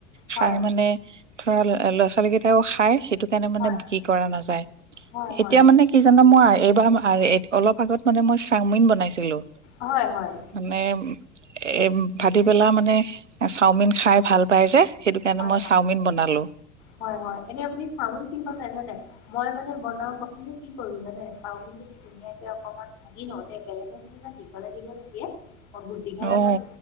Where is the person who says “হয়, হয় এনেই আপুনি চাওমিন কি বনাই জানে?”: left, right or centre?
Left